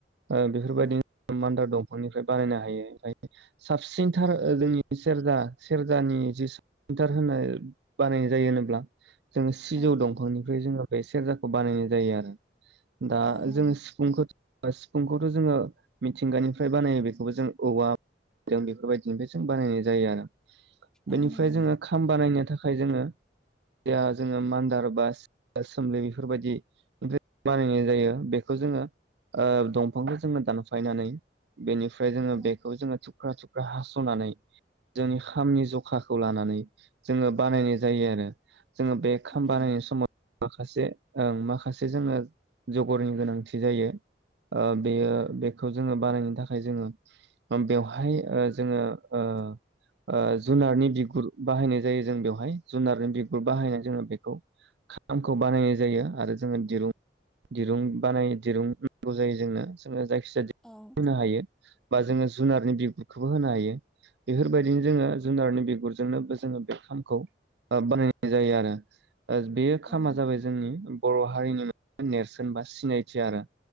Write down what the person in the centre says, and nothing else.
औ
औ
औ नंगौ
औ
नंगौ
नोंथां
औ
नंगौ
औ
औ नंगौ
नोंथां